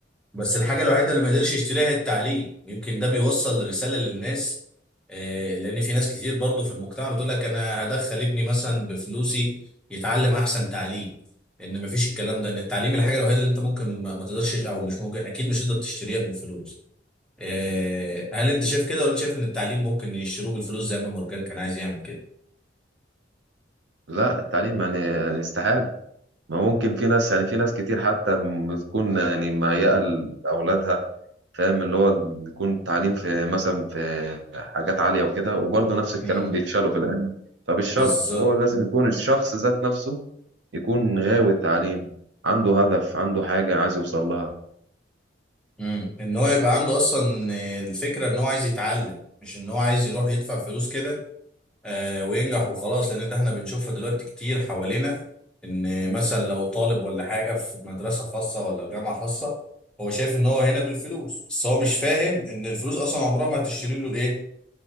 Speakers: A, in the centre; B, on the right.
A: بس الحاجة الوحيدة اللي ما يقدرش يشتريها هي التعليم ويمكن ده بيوصل رسالة للناس آه، لأن في ناس كتير برضو في المجتمع بتقول لك أنا هدخل ابني مثلا بفلوسي يتعلم أحسن تعليم إن مفيش الكلام ده إن التعليم الحاجة الوحيدة اللي أنت ممكن ما ما تقدرش أو مش ممكن أكيد مش تقدر تشتريها بالفلوس آه، هل أنت شايف كده ولا أنت شايف إن التعليم ممكن يشتروه بالفلوس زي ما مورجان كان عايز يعمل كده؟
B: لا التعليم يعني يعني استحالة ما ممكن في ناس يعني في ناس كتير حتى بتكون يعني مهيئة لأولادها فاهم اللي هو يكون التعليم في مثلا في حاجات عالية وكده وبرضه نفس الكلام
A: امم
B: بيفشلوا في الآخر مم. فمش
A: بالظبط
B: شرط هو لازم يكون الشخص ذات نفسه يكون غاوي التعليم عنده هدف عنده حاجة عايز يوصل لها
A: امم ان هو يبقى عنده اصلا آه، الفكره ان هو عايز يتعلم مش ان هو عايز يروح يدفع فلوس كده آه، وينجح وخلاص لان ده احنا بنشوفها دلوقتي كتير حوالينا ان مثلا لو طالب ولا حاجه في مدرسه خاصه ولا جامعه خاصه هو شايف ان هو هنا بالفلوس بس هو مش فاهم ان الفلوس اصلا عمرها ما هتشتري له الايه